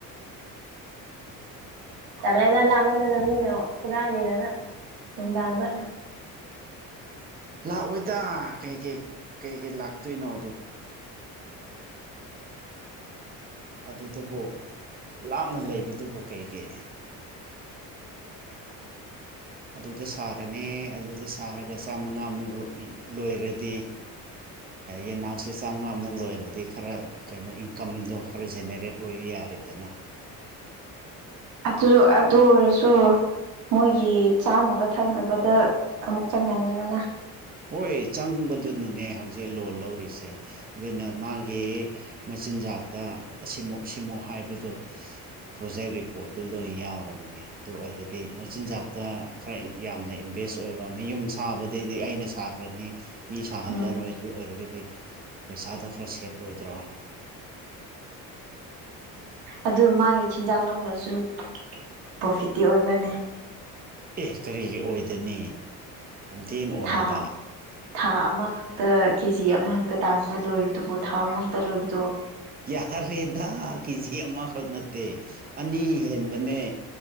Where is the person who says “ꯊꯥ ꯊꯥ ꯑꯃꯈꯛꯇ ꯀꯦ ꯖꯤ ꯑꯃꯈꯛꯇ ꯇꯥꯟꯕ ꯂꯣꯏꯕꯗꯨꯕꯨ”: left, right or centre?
Right